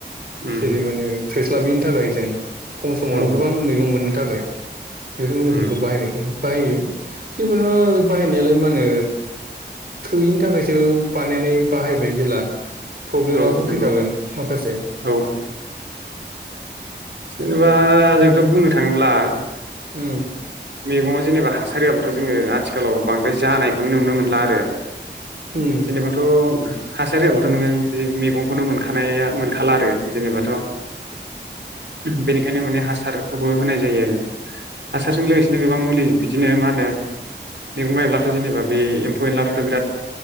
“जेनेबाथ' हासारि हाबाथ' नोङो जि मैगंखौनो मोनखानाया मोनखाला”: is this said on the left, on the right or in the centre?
Right